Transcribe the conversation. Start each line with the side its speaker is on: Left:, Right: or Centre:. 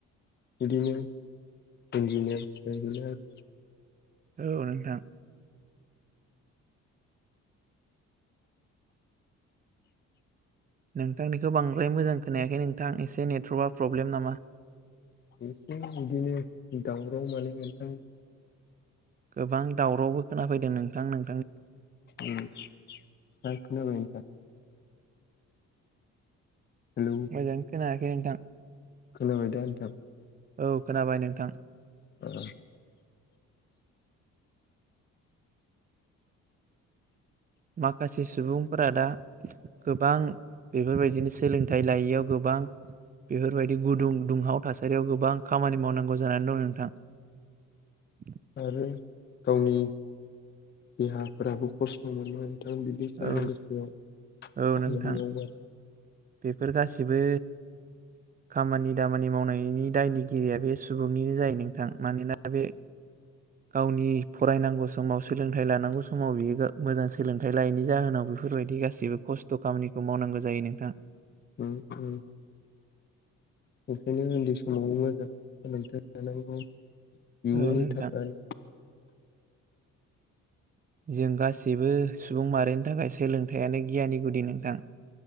Left: बिदिनो <unintelligible>
Right: औ नोंथां नोंथांनिखौ बांद्राय मोजां खोनायाखै नोंथां एसे नेटवरकआ प्रब्लेम नामा
Left: एसे बिदिनो दावराव माने नोंथां
Right: गोबां दावरावबो खोनाफैदों नोंथां नों
Left: उम दा खोनाबाय नोंथां हेलौ
Right: मोजां खोनायाखै नोंथां
Left: खोनाबाय दा नोंथां
Right: औ खोनाबाय नोंथां
Left: औ
Right: माखासे सुबुंफोरा दा गोबां बेफोरबायदिनो सोलोंथाइ लायैयाव गोबां बेफोरबायदि गुदुं दुंहाव थासारियाव गोबां खामानि मावनांगौ जानानै दं नोंथां <inaudible>
Left: आरो गावनि देहाफोराबो खस्थ' मोनो थां बिदि सान्दुं
Right: औ
Left: गोसायाव खामानि
Right: औ नोंथां
Left: मावबा
Right: बेफोर गासिबो खामानि दामानि मावनायनि दायनिगिरिया बे सुबुंनिनो जायो नोंथां मानोना बे गावनि फरायनांगौ समाव सोलोंथाइ लानांगौ समाव बियो मोजां सोलोंथाइ लायैनि जाहोनाव बेफोरबायदि गासैबो खस्थ' खामानिखौ मावनांगौ जायो नोंथां
Left: उम उम ओंखायनो उन्दै समाव मोजां सोलोंथाइ लानांगौ इयुननि
Right: औ नोंथां
Left: थाखाय
Right: जों गासैबो सुबुं माहारिनि थाखाय सोलोंथायाइयानो गियानि गुदि नोंथां